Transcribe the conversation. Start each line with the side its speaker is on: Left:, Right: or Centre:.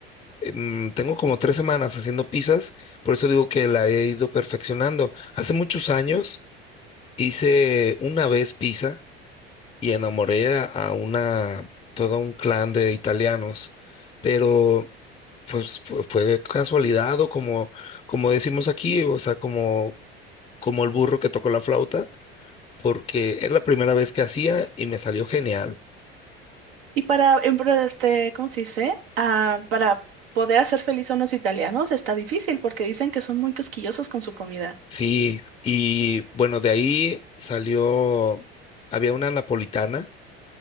Left: em, tengo como tres semanas haciendo pizzas, por eso digo que la he ido perfeccionando. Hace muchos años hice una vez pizza y enamoré a, a una, todo un clan de italianos, pero pues fue, fue casualidad o como, como decimos aquí, o sea, como, como el burro que tocó la flauta, porque era la primera vez que hacía y me salió genial.
Right: Y para, em, pro- este, ¿cómo se dice? Ah, para poder hacer feliz a unos italianos está difícil porque dicen que son muy cosquillosos con su comida.
Left: Sí, y bueno, de ahí salió, había una napolitana